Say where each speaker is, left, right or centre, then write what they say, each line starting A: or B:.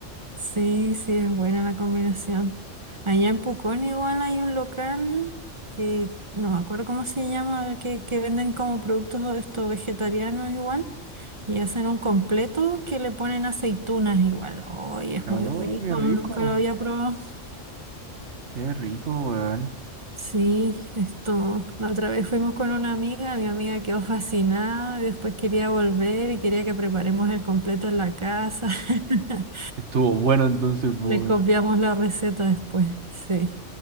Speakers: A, on the right; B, on the right.
A: Sí, sí, es buena la combinación. Allá en Pucón igual hay un local que no me acuerdo cómo se llama, que, que venden como productos estos vegetarianos igual y hacen un completo que le ponen aceitunas igual. Hoy es
B: Oh,
A: muy rico,
B: qué rico.
A: nunca lo había probado.
B: Qué rico, weón.
A: Sí, esto, la otra vez fuimos con una amiga, mi amiga quedó fascinada y después quería volver y quería que preparemos el completo en la casa. <laughs>
B: Estuvo bueno entonces, por
A: Le copiamos la receta después, sí.